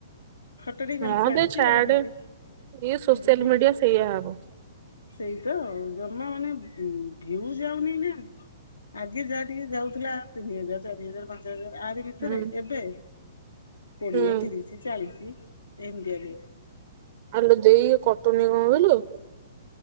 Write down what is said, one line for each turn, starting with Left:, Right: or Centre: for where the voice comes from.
Left: ଫଟୋରେ ଖାଲି
Right: ହଁ
Left: ଛାଡିଚି,
Right: ବେ ଛାଡେ
Left: ଆଉ ବିଡି
Right: ଇଏ ସୋସିଆଲ
Left: ଭିଡିଓ ଫିଡିଓ
Right: ମିଡିଆ ସେଇଆ ହବ।
Left: ସେଇ ତ ଆଉ ଜମା ମାନେ ଉ ଭିଉ ଯାଉନି ନା ଆଗେ ଯାହା ଟିକେ ଯାଉଥିଲା ତିନି ହଜାର ଚାରି ହଜାର ପାଞ୍ଚ ହଜାର। ଆରି ଭିତରେ
Right: ହୁଁ
Left: ଏବେ କୋଡିଏ
Right: ହୁଁ
Left: ତିରିଶ ଚାଳିଶ ଏମିତିଆ ଦିଏ।
Right: ଆଲୋ ଦେଇ ଏ କଟୁନି କଣ ପାଈଁ ଲୋ